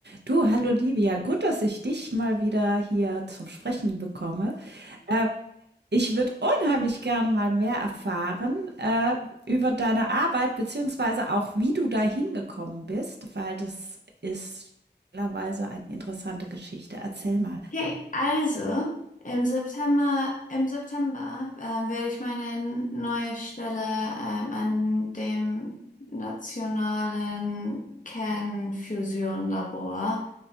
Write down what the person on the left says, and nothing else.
Okay, also im September, im September ähm, werde ich meine neue Stelle ähm, an dem nationalen Kernfusion-Labor,